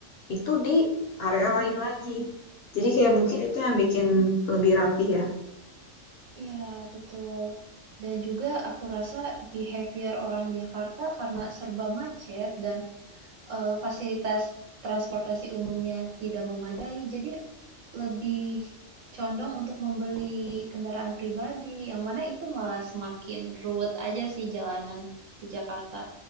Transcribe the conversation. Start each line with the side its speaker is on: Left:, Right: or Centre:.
Left: itu di area lain lagi. Jadi kayak mungkin itu yang bikin lebih rapi ya.
Right: Iya, betul. Dan juga aku rasa behavior orang Jakarta karena serba macet dan eh, fasilitas transportasi umumnya tidak memadai, jadi lebih condong untuk membeli kendaraan pribadi, yang mana itu malah semakin ruwet aja sih jalanan di Jakarta.